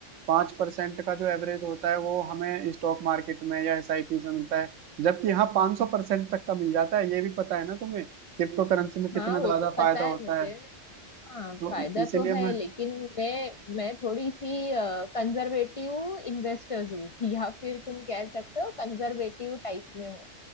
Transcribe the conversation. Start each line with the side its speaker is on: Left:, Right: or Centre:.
Right: पांच परसेंट का जो एवरेज होता है वो हमें स्टॉक मार्केट में या एसआईपी में मिलता है जबकि यहाँ पांच सौ परसेंट तक का मिल जाता है ये भी पता है ना तुम्हें क्रिप्टो करेंसी में कितना
Left: हाँ वो
Right: ज्यादा
Left: तो पता
Right: फायदा होता
Left: है मुझे
Right: है
Left: हाँ
Right: तो
Left: फायदा
Right: इसीलिए
Left: तो है
Right: मैं
Left: लेकिन मैं मैं थोड़ी सी कंजर्वेटिव इन्वेस्टर्स हूँ <laughs> या फिर तुम कह सकते हो कंजर्वेटिव टाइप में हूँ